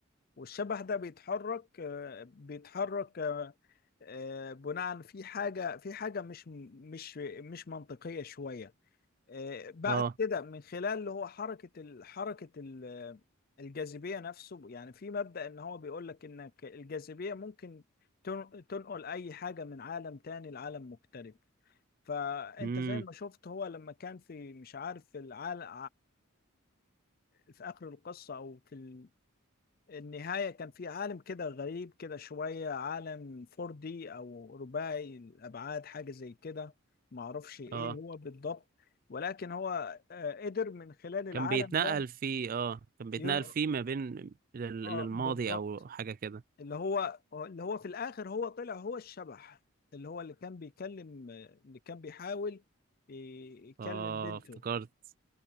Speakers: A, on the left; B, on the right.
A: والشبح ده بيتحرك آه، بيتحرك آه، آه، بناء في حاجة في حاجة مش مش مش منطقية شوية آه، بعد
B: اه
A: كده من خلال اللي هو حركة ال- حركة ال- الجاذبية نفسه يعني في مبدأ ان هو بيقول لك انك الجاذبية ممكن تن- تنقل اي حاجة من عالم تاني لعالم مختلف فانت
B: امم
A: زي ما شفت هو لما كان في مش عارف في العالم في اخر القصة او في النهاية كان في عالم كده غريب كده شوية عالم 4D أو رباعي الأبعاد حاجة زي كده معرفش إيه
B: اه
A: هو بالضبط ولكن هو آه، قدر من خلال العالم
B: كان بيتنقل
A: ده
B: فيه اه كان بيتنقل
A: ين...
B: فيه ما بين لل-
A: آه
B: للماضي
A: بالضبط
B: او حاجة كده
A: اللي هو اللي هو في الآخر هو طلع هو الشبح اللي هو اللي كان بيكلم اللي كان بيحاول ي- يكلم
B: اه
A: بنته
B: افتكرت